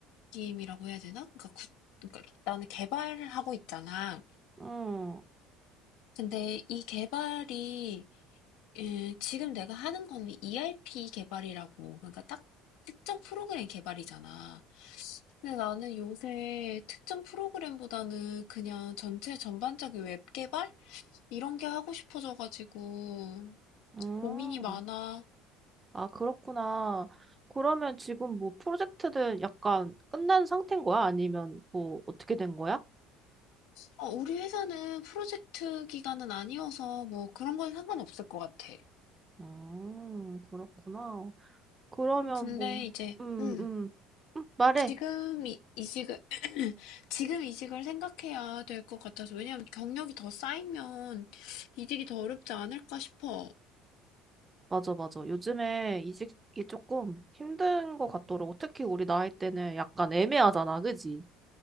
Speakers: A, on the left (about 70°); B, on the right (about 25°).
A: 느낌이라고 해야 되나? 그러니까, 구, 그러니까 나는 개발을 하고 있잖아.
B: 음,
A: 근데 이 개발이, 음, 지금 내가 하는 거는 ERP 개발이라고, 그러니까 딱 특정 프로그램 개발이잖아. 근데 나는 요새 특정 프로그램보다는 그냥 전체 전반적인 웹 개발? 이런 게 하고 싶어져가지고
B: 음.
A: 고민이 많아.
B: 아, 그렇구나. 그러면 지금 뭐 프로젝트는 약간 끝난 상태인 거야? 아니면 뭐 어떻게 된 거야?
A: 어, 우리 회사는 프로젝트 기간은 아니어서 뭐 그런 건 상관없을 것 같아.
B: 음, 그렇구나. 그러면
A: 음, 근데
B: 뭐,
A: 이제,
B: 음,
A: 음,
B: 음, 음, 말해.
A: 지금 이, 이직을, <clears throat> 지금 이직을 생각해야 될 것 같아서. 왜냐면 경력이 더 쌓이면 이직이 더 어렵지 않을까 싶어.
B: 맞아, 맞아. 요즘에 이직이 조금 힘든 것 같더라고. 특히 우리 나이 때는 약간 애매하잖아, 그지?